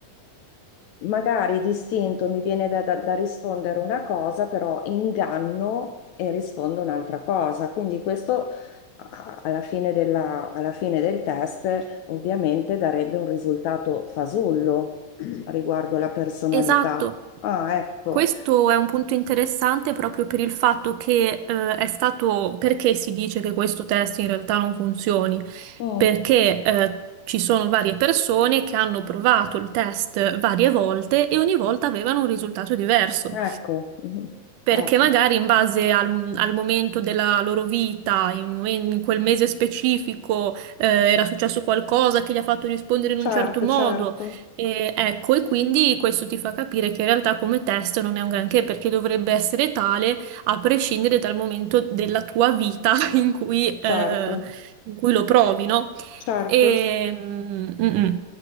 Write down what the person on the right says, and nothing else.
Esatto.
Questo è un punto interessante proprio per il fatto che eh, è stato perché si dice che questo test in realtà non funzioni?
Perché eh, ci sono varie persone che hanno provato il test varie volte e ogni volta avevano un risultato diverso.
Perché
magari in base al, al momento della loro vita, in, momen- in quel mese specifico, eh, era successo qualcosa che li ha fatto rispondere in
un certo modo.
E, ecco, e quindi questo ti fa capire che in realtà come test non è un granché perché dovrebbe essere tale a prescindere dal momento della tua vita <laughs> in cui,
eh, in cui lo provi, no?
E,
mm, mm.